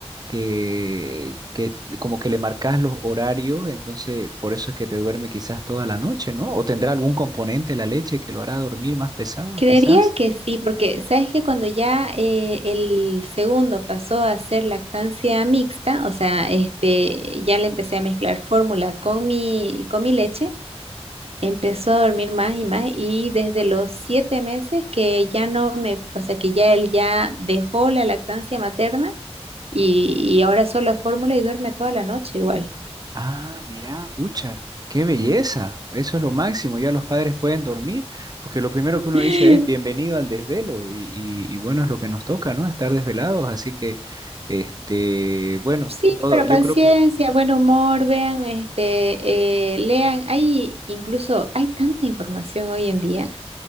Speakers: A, on the right; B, on the right.
A: que, que como que le marcas los horarios, entonces por eso es que te duerme quizás toda la noche, ¿no? O tendrá algún componente la leche que lo hará dormir más pesado,
B: Creería
A: quizás.
B: que sí, porque sabes que cuando ya eh, el segundo pasó a ser lactancia mixta, o sea, este, ya le empecé a mezclar fórmula con mi, con mi leche, Empezó a dormir más y más y desde los siete meses que ya no me, o sea, que ya él ya dejó la lactancia materna y, y ahora solo fórmula y duerme toda la noche igual.
A: Ah, mira, pucha, qué belleza. Eso es lo máximo. Ya los padres pueden dormir, porque lo primero que uno
B: <laughs>
A: dice es bienvenido al desvelo y, y- y bueno, es lo que nos toca, ¿no? Estar desvelados. Así que, este, bueno,
B: Sí,
A: todo,
B: pero
A: yo
B: paciencia,
A: creo que
B: buen humor, vean, este, eh, lean, hay incluso, hay tanta información hoy en día,